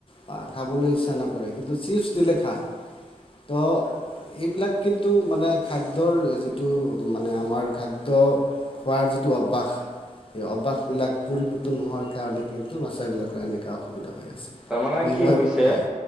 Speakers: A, on the left; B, in the centre.
A: ভাত খাবলৈ ইচ্ছা নকৰে কিন্তু চিপছ দিলে খায়, তো এইবিলাক কিন্তু মানে খাদ্যৰ যিটো মানে আমাৰ খাদ্য খোৱাৰ যিটো অভ্যাস, সেই অভ্যাসবিলাক পৰিৱৰ্তন নহোৱাৰ কাৰণে কিন্তু বাচ্ছা বিলাকৰ এনেকুৱা অসুবিধা হৈ আছে।
B: তাৰমানে
A: বুলি
B: কি
A: মই
B: হৈছে
A: হয়